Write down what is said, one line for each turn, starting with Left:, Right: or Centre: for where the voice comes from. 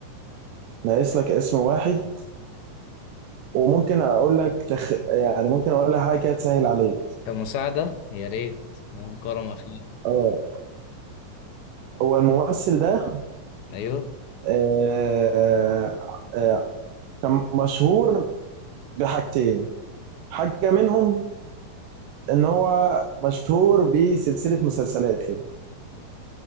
Right: ناقص لك اسم واحد وممكن اقول لك تخ... يعني ممكن اقول لك حاجه كده تسهل عليك
Left: كمساعدة يا ريت اللهم كرم أخيرا
Right: اه هو الممثل ده
Left: أيوه
Right: آه... آه... كان مشهور بحاجتين حاجه منهم ان هو مشهور بسلسله مسلسلات كده